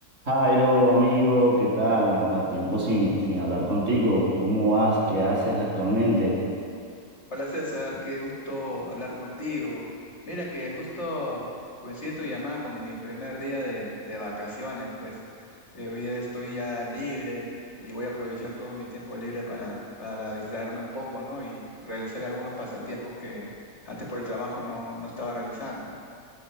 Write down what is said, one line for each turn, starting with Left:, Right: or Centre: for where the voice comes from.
Right: Jairo, amigo, ¿qué tal? Ahora tiempo sin, sin hablar contigo. ¿Cómo vas? ¿Qué haces actualmente?
Left: Hola César, qué gusto hablar contigo. Mira que justo coincide tu llamada con mi primer día de, de vacaciones, pues Eh, hoy día estoy ya libre y voy a aprovechar todo mi tiempo libre para, para distraerme un poco, ¿no? Y realizar algunos pasatiempos que antes por el trabajo no, no estaba realizando.